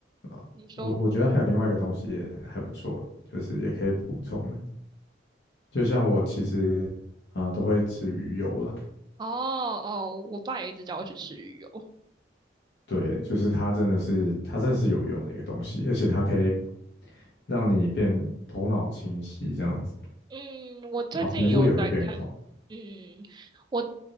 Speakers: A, on the left; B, on the right.
A: 啊，
B: 你说，
A: 我我觉得还有另外一个东西也还不错，就是也可以补充的。就像我其实啊、呃都会吃鱼油啦，
B: 哦哦，我爸也一直叫我去吃鱼油，
A: 对，就是它真的是它真的是有用的一个东西，而且它可以让你变头脑清晰这样子，
B: 嗯，我最近也有在看，
A: 然后皮肤也会变好。
B: 嗯，我，